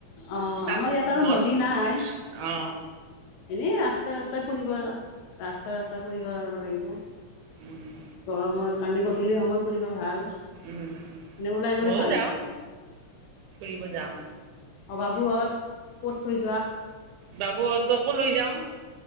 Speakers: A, on the left (about 75°); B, on the right (about 85°).
A: অ
B: তাত
A: আমাৰ ইয়াত আৰু
B: ঘৰ
A: নদী নাই
B: অ
A: এনেই ৰাস্তাই ৰাস্তাই ফুৰিব ৰাস্তা ৰাস্তা ফুৰিব যাব লাগিব
B: উম
A: গৰমৰ মানে গধূলি সময় ফুৰিব ভাল
B: উম,
A: এনে ওলাই গ'লে
B: মইয়ও
A: ভাল
B: যাও, ফুৰিব যাও।
A: অভাবহত ক'ত থৈ যোৱা?
B: বাবুহঁতকো লৈ যাও।